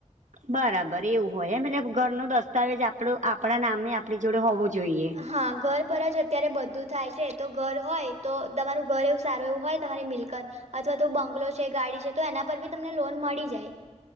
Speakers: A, on the right (about 80°); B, on the right (about 65°).
A: બરાબર એવું હોય મતલે ઘરનો દસ્તાવેજ આપણો આપણા નામે આપણી જોડે હોવો જોઈએ.
B: હા ઘર પર જ અત્યારે બધું થાય છે તો ઘર હોય તો તમારું ઘર એવું સારું એવું હોય તમારી મિલકત અથવા તો બંગલો છે, ગાડી છે તો એના પર બી તમને લોન મળી જાય.